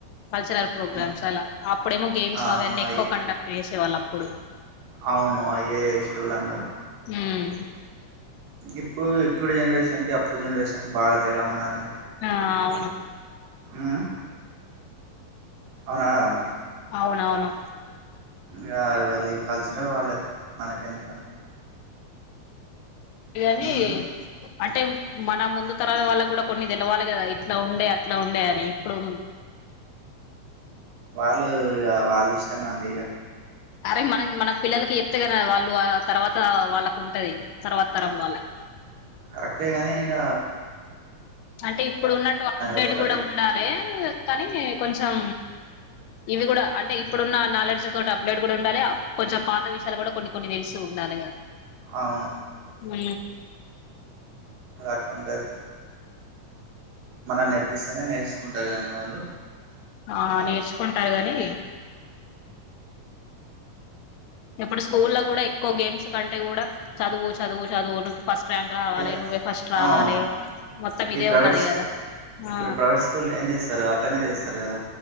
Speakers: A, on the left; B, on the right.
A: కల్చరల్ ప్రోగ్రామ్స్
B: హ్మ్.
A: అలా అప్పుడేమో గేమ్స్
B: అవును
A: అవన్నీ
B: అయి
A: ఎక్కువ కండక్ట్ చేసే వాళ్ళు అప్పుడు
B: అవును అయ్యే జేసేటోళ్ళు అందరూ
A: ఊమ్
B: ఇప్పుడు ఇప్పుడు జనరేషన్కి అప్పుడు జనరేషన్కి బాగా తేడా ఉన్నాదండి
A: ఆ అవును
B: ఊ ఊ అవునా కదాండీ
A: అవునవును
B: ఇగ ఇవాళ ఈ కల్చరల్ వాళ్ళది మనకి ఎందుకండి
A: ఇ అన్ని
B: మ్మ్
A: అంటే మన ముందు తరాల వాళ్ళకి కూడా కొన్ని తెలవాల కదా ఇట్లా ఉండే అట్లా ఉండే అని ఇప్పుడు
B: వాళ్ళు ఇగ వాళ్ళ ఇష్టం అండి ఇగ
A: అరే మనం మన పిల్లలకి చెప్తే కదా వాళ్ళు ఆ తర్వాత వాళ్ళకి ఉంటది తర్వాత తరం వాళ్ళకి
B: కరెక్టే గాని ఇగ
A: అంటే ఇప్పుడు ఉన్నట్టు అప్డేట్
B: ఒక్కొక్కటి
A: కూడా ఉండాలె కానీ కొంచం ఇవి గూడా అంటే ఇప్పుడున్న నాలెడ్జ్ తోటి అప్డేట్ కూడా ఉండాలె కొంచెం పాత విషయాలు కూడా కొన్ని కొన్ని తెలుసు ఉండాలె కదా
B: అవును
A: ఊ
B: అట్లుంటది మనం నేర్పిస్తేనే నేర్చుకుంటారు గాని వాళ్ళు
A: ఆ నేర్చుకుంటారు గాని ఇప్పుడు స్కూ లో కూడా ఎక్కువ గేమ్స్ కంటే కూడా చదువు చదువు చదువు ఫస్ట్ ర్యాంక్ రావాలె
B: ఇగ
A: నువ్వే ఫస్ట్ రావాలె
B: అవును
A: మొత్తం ఇదే
B: ఈ ప్రైవేట్
A: ఉన్నది
B: స్కూ
A: కదా ఆ
B: ఇప్పుడు ప్రైవేట్ స్కూల్ ఏం చేస్తారు అట్లనే చేస్తారు కదా